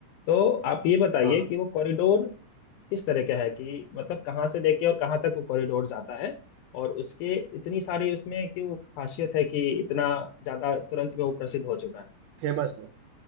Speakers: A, on the left; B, on the right.
A: तो आप ये बताइए
B: हाँ हाँ
A: कि वो कॉरिडोर किस तरह का है कि मतलब कहाँ से लेके और कहाँ तक वो कॉरिडोर जाता है और उसके इतनी सारी उसमें क्यों खासियत है कि इतना ज्यादा तुरंत में वो प्रसिद्ध हो चुका है
B: फेमस है